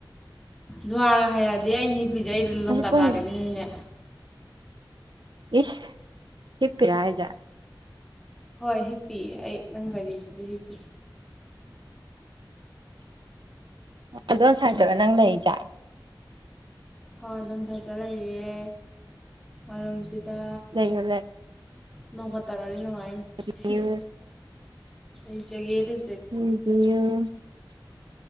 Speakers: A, in the centre; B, on the right (about 70°).
A: ꯖꯨꯋꯥꯔꯒ ꯍꯥꯏꯔꯛꯑꯗꯤ ꯑꯩꯅ ꯍ ꯕꯤꯁꯦ ꯑꯩꯁꯨ ꯂꯣꯡꯗꯥ
B: ꯍꯧꯖꯤꯛ ꯄꯨꯡ
A: ꯇꯥꯈꯤꯗꯣꯏꯅꯤꯅꯦ
B: ꯏꯁ ꯍꯤꯞꯄꯤꯔ ꯍꯥꯏꯖꯦ
A: ꯍꯣꯏ ꯍꯤꯞꯄꯤꯌꯦ ꯑꯩ ꯅꯪ ꯒꯥꯔꯤꯁꯤꯗ ꯍꯤꯞꯄꯤ
B: ꯑꯗꯣꯟ ꯁꯥꯥꯑꯥꯏ꯭ꯇ ꯇꯔꯣ ꯅꯪ ꯂꯩꯔꯤꯖꯦ
A: ꯍꯣꯏ ꯑꯗꯣꯝ ꯁꯑꯥꯏ꯭ꯇꯇ ꯂꯩꯔꯤꯌꯦ ꯃꯔꯝ ꯁꯤꯗ
B: ꯂꯩꯌꯨ
A: ꯅꯣꯡꯒ ꯇꯥꯔꯛꯑꯗꯤ ꯅꯨꯡꯉꯥꯏꯅꯤ
B: ꯂꯩꯌꯨ
A: ꯁꯤꯁ ꯂꯩꯖꯒꯦ ꯂꯩ
B: <unintelligible>